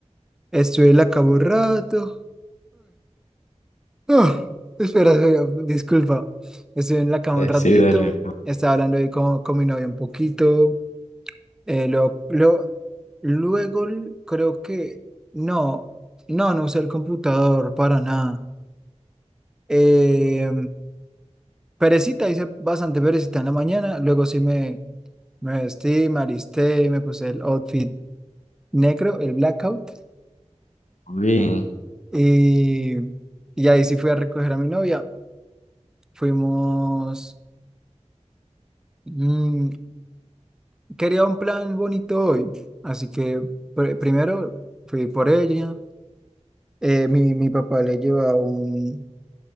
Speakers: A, in the centre; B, on the left.
A: Estuve en la cama un rato. Ah, espera, espera, disculpa. Estuve en la cama
B: eh,
A: un ratito,
B: Sí, dale.
A: estaba hablando ahí con, con mi novia un poquito. eh, lo, lo- luego l- creo que no, no, no usé el computador para nada. Eh, perecita, hice bastante perecita en la mañana. Luego sí me, me vestí, me alisté, me puse el outfit negro, el blackout.
B: Bien.
A: Y, y ahí sí fui a recoger a mi novia. Fuimos. mm, quería un plan bonito hoy, así que pr- primero fui por ella. Eh, mi, mi papá le llevaba un,